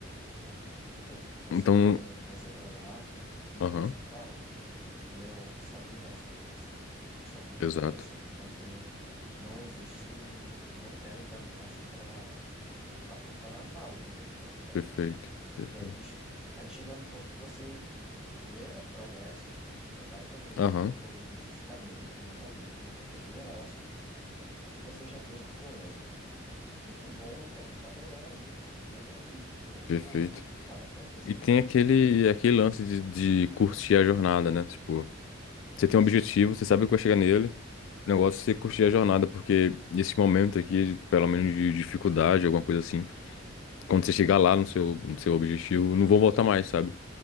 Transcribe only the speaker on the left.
Então.
Aham.
Exato.
Perfeito. Perfeito.
Aham.
Perfeito.
E tem aquele,
aquele lance de, de curtir a jornada, né? Tipo, você tem
um objetivo, você sabe que vai chegar nele. O negócio é você curtir a jornada, porque nesse momento aqui, pelo menos de dificuldade, alguma coisa assim. quando você chegar lá no seu, no seu objetivo, não vão voltar mais, sabe?